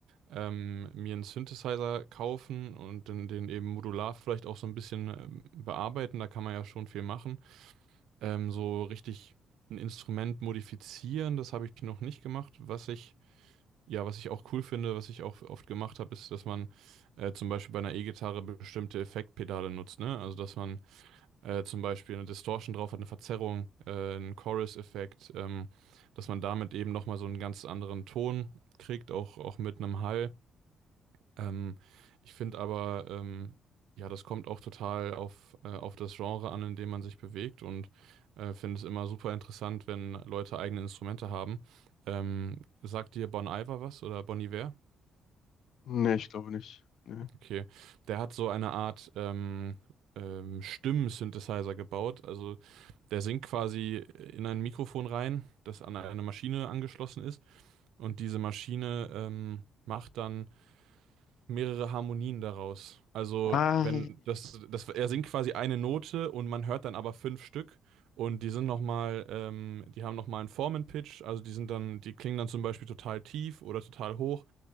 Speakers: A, on the right (about 80°); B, on the left (about 70°).
A: ähm, mir einen Synthesizer kaufen und den, den eben modular vielleicht auch so ein bisschen ähm, bearbeiten. Da kann man ja schon viel machen. Ähm, so richtig ein Instrument modifizieren, das habe ich noch nicht gemacht. Was ich Ja, was ich auch cool finde, was ich auch oft gemacht habe, ist, dass man äh, zum Beispiel bei einer E-Gitarre bestimmte Effektpedale nutzt, ne? Also, dass man äh, zum Beispiel eine Distortion drauf hat, eine Verzerrung, äh, einen Chorus-Effekt, ähm, dass man damit eben nochmal so einen ganz anderen Ton kriegt, auch, auch mit einem Hall. Ähm, ich finde aber, ähm, ja, das kommt auch total auf, äh, auf das Genre an, in dem man sich bewegt und äh, finde es immer super interessant, wenn Leute eigene Instrumente haben. Ähm, sagt dir Bon Iver was oder Bon Iver?
B: Nee, ich glaube nicht. Nee.
A: Okay. Der hat so eine Art ähm, ähm, Stimmen-Synthesizer gebaut. Also der singt quasi in ein Mikrofon rein, das an eine Maschine angeschlossen ist. Und diese Maschine ähm, macht dann mehrere Harmonien daraus. Also
B: Ah,
A: wenn das, das, er singt quasi eine Note und man hört dann aber fünf Stück. Und die sind nochmal, ähm, die haben nochmal einen Formen-Pitch, also die sind dann, die klingen dann zum Beispiel total tief oder total hoch.